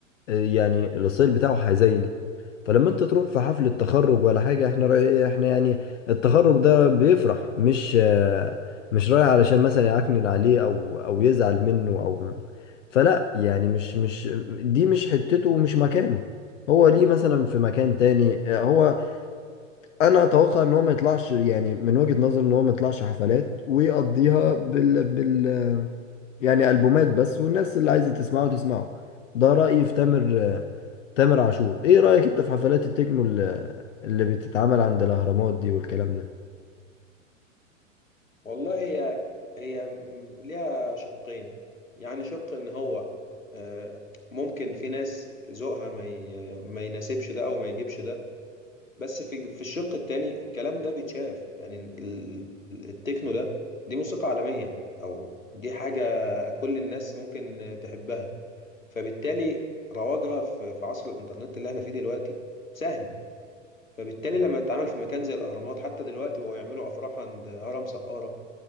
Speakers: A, on the left; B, on the left.
A: آه، يعني الستايل بتاعه حزيني فلما انت تروح في حفله تخرج ولا حاجه احنا رأي إيه؟ احنا يعني التخرج ده بيفرح مش آه، مش رايح علشان مثلا يعكنن عليه او او يزعل منه او فلا يعني مش مش دي مش حتته ومش مكانه هو ليه مثلا في مكان تاني آه، هو انا اتوقع ان هو ما يطلعش يعني من وجهة نظر ان هو ما يطلعش حفلات ويقضيها بال بال يعني البومات بس والناس اللي عايزة تسمعه تسمعه ده رأيي في تامر تامر عاشور ايه رأيك انت في حفلات التكنو اللي اللي بتتعمل عند الاهرامات دي والكلام ده
B: والله هي هي م- ليها شقين يعني شق ان هو آه، ممكن في ناس ذوقها ما ي- ما يناسبش ده او ما يجيبش ده بس في في الشق التاني الكلام ده بيتشاف يعني ال- ال- التكنو ده دي موسيقى عالمية او دي حاجة كل الناس ممكن تحبها فبالتالي رواجها في في عصر الانترنت اللي احنا فيه دلوقتي سهل فبالتالي لما تتعامل في مكان زي الاهرامات حتى دلوقتي بقوا يعملوا افراح عند هرم سقارة